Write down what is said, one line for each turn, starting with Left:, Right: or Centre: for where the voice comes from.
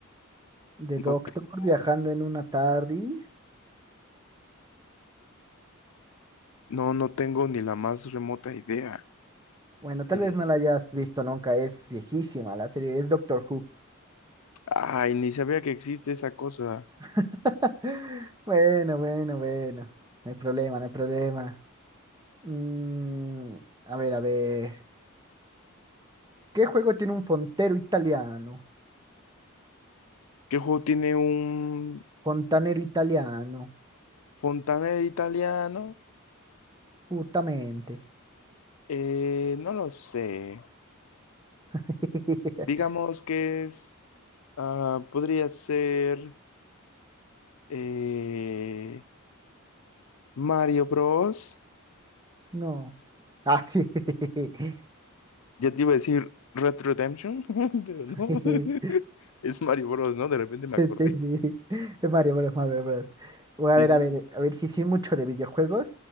Right: De
Left: No
Right: doctor
Left: tengo
Right: viajando en una TARDIS.
Left: no no tengo ni la más remota idea.
Right: Bueno, tal
Left: Eh,
Right: vez no la hayas visto nunca, es viejísima la serie, es Doctor Who.
Left: ay, ni sabía que existe esa cosa.
Right: <laughs> Bueno, bueno, bueno. No hay problema, no hay problema. Mm, a ver, a ver. ¿Qué juego tiene un fontero italiano?
Left: ¿Qué juego tiene un
Right: Fontanero italiano,
Left: fontanero italiano?
Right: justamente.
Left: Eh, no lo sé.
Right: <laughs>
Left: Digamos que es ah, podría ser eh, Mario Bros.
Right: No. Ah, sí. <laughs>
Left: Ya te iba a decir Red Redemption, <laughs> pero no.
Right: Jeje.
Left: <laughs>
Right: <laughs>
Left: Es Mario Bros, ¿no? De repente me acordé.
Right: Sí, sí. Mario Bros, Mario Bros. Voy
Left: Sí,
Right: a ver,
Left: sí.
Right: a ver, a ver si sí mucho de videojuegos